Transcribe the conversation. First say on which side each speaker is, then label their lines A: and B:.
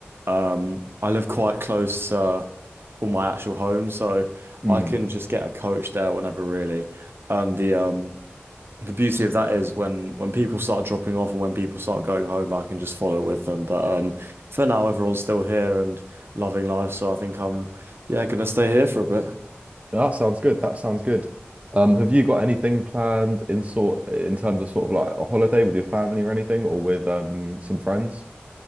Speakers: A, on the right; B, on the right.
A: um, I live quite close to well, my actual home, so
B: mm.
A: I can just get a coach there whenever, really. And the um, the beauty of that is when when people start dropping off and when people start going home, I can just follow with them. But um, for now, everyone's still here and loving life, so I think I'm yeah gonna stay here for a bit.
B: Yeah, That sounds good. That sounds good. Um, have you got anything planned in sort in terms of sort of like a holiday with your family or anything, or with um some friends?